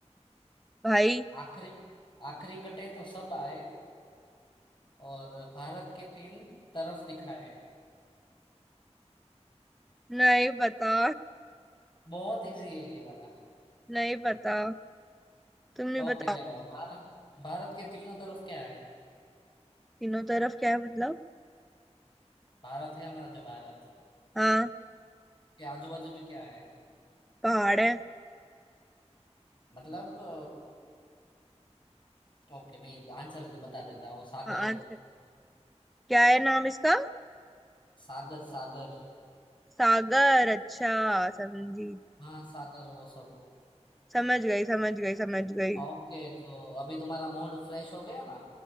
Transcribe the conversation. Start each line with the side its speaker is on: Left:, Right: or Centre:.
Centre: भाई
Left: आखिरी आखिरी कटे तो सब आए और भारत के तीन तरफ दिखाए
Centre: नहीं पता
Left: बहुत इजी है ये वाला
Centre: नहीं पता तुम ही
Left: ओके
Centre: बताओ
Left: चलो भारत भारत के तीनों तरफ क्या है
Centre: तीनों तरफ क्या है मतलब
Left: भारत है हमारा जो भारत
Centre: हाँ
Left: के आजू बाजू में क्या है
Centre: पहाड़ है
Left: मतलब अ, ओके मैं आंसर बता देता हूँ सागर
Centre: हाँ आंसर क्या है नाम इसका
Left: सागर सागर
Centre: सागर अच्छा समझी
Left: हाँ सागर वो सब
Centre: समझ गई समझ गई समझ गई
Left: ओके तो अभी तुम्हारा मूड फ्रेश हो गया ना